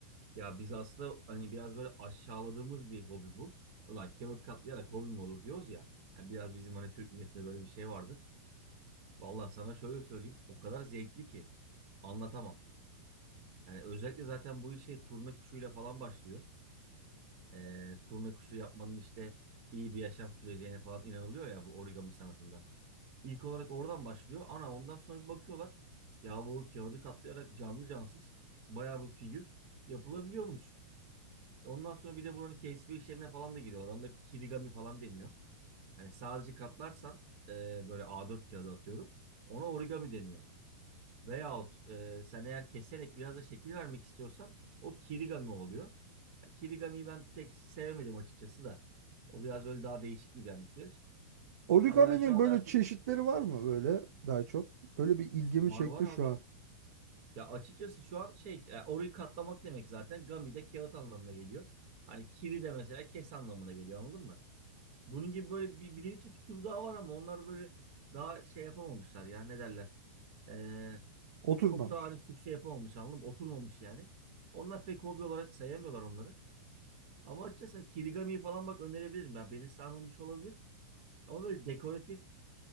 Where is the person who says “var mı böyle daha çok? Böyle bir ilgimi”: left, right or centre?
Right